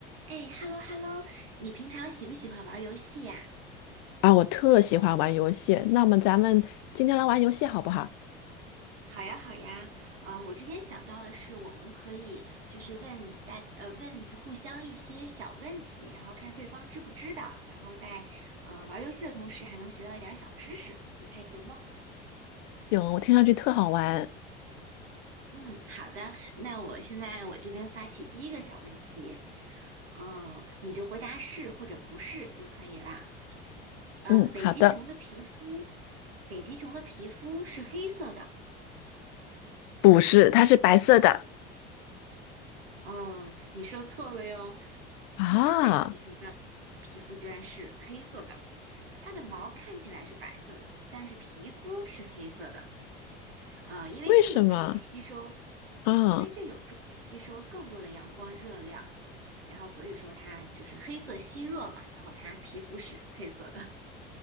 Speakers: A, on the right (about 80°); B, on the left (about 60°).
A: 哎，hello hello，你平常喜不喜欢玩游戏呀？
B: 啊，我特喜欢玩游戏。那么咱们今天来玩游戏好不好？
A: 好呀好呀，啊，我这边想到的是，我们可以就是问大呃问互相一些小问题，然后看对方知不知道，然后在呃玩游戏的同时还能学到一点儿小知识，你看行吗？
B: 行，我听上去特好玩。
A: 嗯，好的，那我现在我这边发起第一个小问题，嗯，你就回答是或者不是就可以啦。呃，
B: 嗯，
A: 北极熊的皮肤，
B: 好的。
A: 北极熊的皮肤是黑色的，
B: 不是，它是白色的。
A: 嗯，你说错了哟。
B: 啊，
A: 其实北极熊的皮肤居然是黑色的，它的毛看起来是白色的，但是皮肤是黑色的。呃，因为这有助于吸收，
B: 为什么？啊，
A: 因为这有助于吸收更多的阳光热量，然后所以说它就是黑色吸热嘛，然后它皮肤是黑色的。